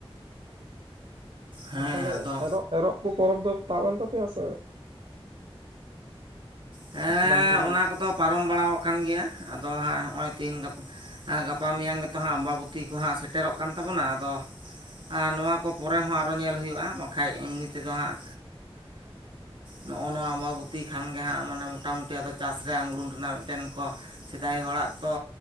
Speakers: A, on the right; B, on the right.
A: ᱦᱮᱸ
B: ᱟᱨ ᱛᱟᱦᱚᱞᱮ
A: ᱟᱫᱚ
B: ᱟᱯᱮ ᱫᱚ? ᱮᱨᱚᱜ ᱠᱚ ᱯᱚᱨᱚᱵᱽ ᱫᱚ ᱛᱟᱵ ᱮᱱ ᱛᱟᱯᱮᱭᱟ ᱥᱮ
A: ᱦᱮᱸ
B: ᱵᱟᱝ ᱦᱩᱭ ᱠᱟᱱᱟ?
A: ᱚᱱᱟ ᱠᱚᱫᱚ ᱯᱟᱨᱚᱢ ᱵᱟᱲᱟ ᱟᱠᱟᱱ ᱜᱮᱭᱟ ᱟᱫᱚ ᱦᱟᱸᱜ ᱱᱚᱜᱼᱚᱭ ᱛᱤᱦᱤᱧ ᱜᱟᱯᱟ ᱜᱟᱯᱟ ᱢᱮᱭᱟᱝ ᱜᱮᱛᱚ ᱦᱟᱸᱜ ᱟᱢᱵᱟᱵᱚᱛᱤ ᱠᱚᱦᱟᱸᱜ ᱥᱮᱴᱮᱨᱚᱜ ᱠᱟᱱ ᱛᱟᱵᱚᱱᱟ ᱟᱫᱚ, ᱟᱨ ᱱᱚᱣᱟ ᱠᱚ ᱯᱚᱨᱮ ᱦᱚᱸ ᱟᱨᱚ ᱧᱮᱞ ᱦᱩᱭᱩᱜᱼᱟ ᱵᱟᱠᱷᱟᱡ ᱮᱢᱱᱤ ᱛᱮᱫᱚ ᱦᱟᱸᱜ ᱱᱚᱜᱼᱚ ᱱᱚᱣᱟ ᱟᱢᱵᱟᱵᱚᱛᱤ ᱠᱷᱟᱱ ᱜᱮᱦᱟᱸᱜ ᱢᱟᱱᱮ ᱢᱚᱴᱟᱢᱩᱴᱤ ᱟᱫᱚ ᱪᱟᱥ ᱨᱮ ᱟᱝᱜᱲᱩᱱ ᱨᱮᱱᱟᱜ ᱢᱤᱫᱴᱮᱱ ᱠᱚ ᱥᱮᱫᱟᱭ ᱦᱚᱲᱟᱜ ᱛᱚ